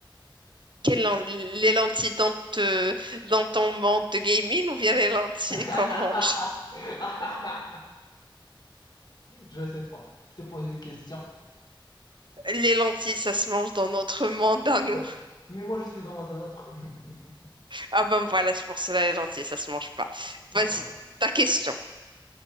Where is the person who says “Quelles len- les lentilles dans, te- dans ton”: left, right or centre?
Right